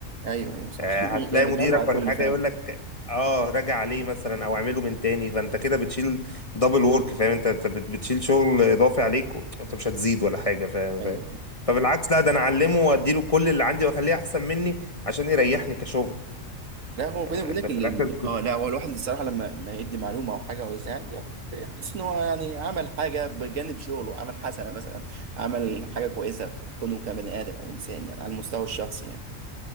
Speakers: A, on the right; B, on the left.
A: ايوه ايوه صح
B: آه،
A: <laughs>
B: هتلاقي
A: هي بتعم
B: مديرك
A: على الكل
B: ولا حاجه
A: فعلا
B: يقول لك اه راجع عليه مثلا او اعمله من تاني فانت كده بتشيل دبل وورك فاهم انت انت بت- بتشيل شغل اضافي عليك وانت مش هتزيد ولا حاجه فاهم
A: ايوه
B: فاهم
A: أيوه.
B: فبالعكس لا ده انا اعلمه واديله كل اللي عندي واخليه احسن مني عشان يريحني كشغل
A: لا هو
B: يعني
A: بيني وبينك
B: احنا
A: ال-
B: في الاخر
A: ال-
B: ك-
A: اه لا هو الواحد الصراحه لما ما يدي معلومه او حاجه او يساعد يعني بيحس ان هو يعني عمل حاجه بجانب شغله عمل حسنه مثلا عمل حاجه كويسه في كونه كبني ادم او انسان يعني على المستوى الشخصي يعني